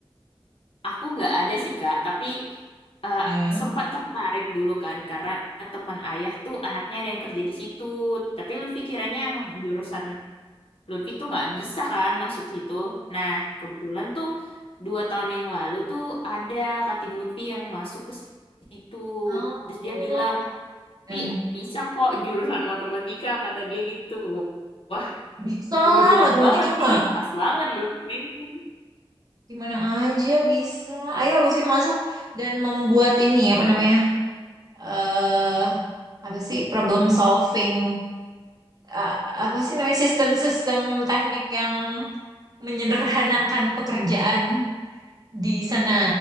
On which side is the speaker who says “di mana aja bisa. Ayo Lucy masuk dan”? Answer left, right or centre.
Right